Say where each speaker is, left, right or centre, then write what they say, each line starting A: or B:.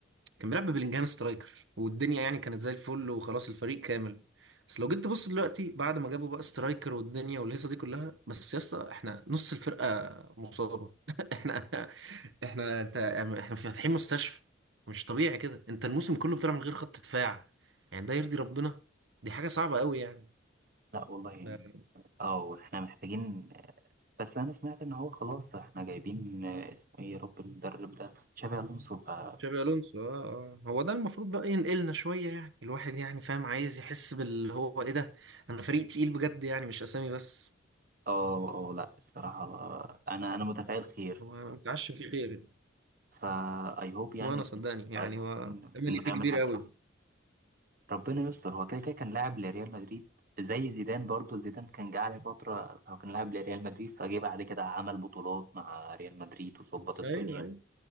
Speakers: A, on the right; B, on the right.
A: كان بيلعب ببلينجهام سترايكر والدنيا يعني كانت زي الفل وخلاص الفريق كامل بس لو جيت تبص دلوقتي بعد ما جابوا بقى سترايكر والدنيا والهيصه دي كلها بس يا اسطى احنا نص الفرقه مصابه <laughs> احنا احنا انت يعني احنا فاتحين مستشفى مش طبيعي كده انت الموسم كله بتلعب من غير خط دفاع يعني ده يرضي ربنا دي حاجه صعبه قوي يعني
B: لا والله يعني
A: ده
B: اه احنا محتاجين بس انا سمعت ان هو خلاص احنا جايبين آه، اسمه ايه يا رب المدرب ده تشابي الونسو ف اه
A: تشابي الونسو اه اه هو ده المفروض بقى بقى ينقلنا شوية يعني الواحد يعني فاهم عايز يحس باللي هو ايه ده انا فريق تقيل بجد يعني مش اسامي بس
B: اه لا الصراحه آه، انا انا متفائل خير
A: هو انا متعشم فيه خير
B: فا اي هوب يعني
A: ما انا صدقني يعني
B: اي هوب
A: هو املي
B: انه
A: فيه
B: يعمل
A: كبير
B: حاجه
A: قوي
B: صح ربنا يستر هو كده كده كان لاعب لريال مدريد زي زيدان برضو زيدان كان جه عليه فترة هو كان لاعب لريال مدريد فجه بعد كده عمل بطولات مع ريال مدريد وظبط الدنيا
A: ايوه ايوه